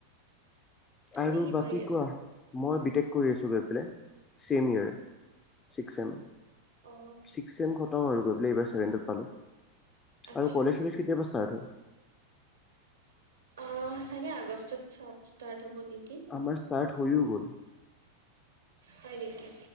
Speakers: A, on the right; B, on the left.
A: তুমি
B: আৰু
A: কি
B: বাকী
A: কৰি আছা
B: কোৱা মই বিটেক কৰি আছো গৈ পেলাই চেমৰ ছিক্স এম
A: অ
B: ছিক্স এম খতম আৰু গৈ পেলাই এইবাৰভেনটত পালোঁ
A: আচ্ছা
B: আৰু কলেজ
A: আচ্ছা
B: চলেজ কেতিয়াৰ পৰা ষ্টাৰ্ট হয়?
A: অ চাগে আগষ্টত চ ষ্টাৰ্ট হ'ব নিকি
B: আমাৰ ষ্টাৰ্ট হৈও গ'ল
A: হয় নেকি